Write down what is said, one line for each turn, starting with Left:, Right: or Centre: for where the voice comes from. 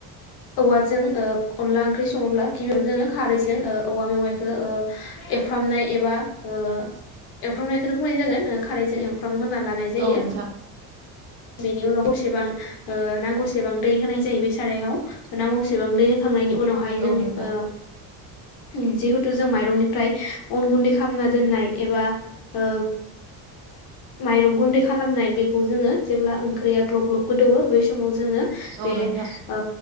Left: औवाजों ओ अनला ओंख्रि संङोब्ला गिबियावनो जोंङो खारैजों ओ औवा मेवाइखौ ओ एवफ्रामनाय एबा ओ एवफ्रामनायखौनो बुंनाय जागोन ओ खारैजों एवफ्राम हुना लानाय जायो।
Right: औ नोंथां
Left: बेनि उनाव बसेबां नांगौसेबां दै होनाय जायो बे सारायाव नांगौसेबां दै खांनायनि उनावहाय जों
Right: औ नोंथां
Left: ओ उम जिहेथु जों माइरंनिफ्राय अन गुन्दै खालामना दोननाय एबा ओ माइरं गुन्दै खालामनाय बेखौ जोंङो जेब्ला ओंख्रिया ग्लब-ग्लब गोदोवो बै समाव जोंङो
Right: औ
Left: बे
Right: नोंथां
Left: ओ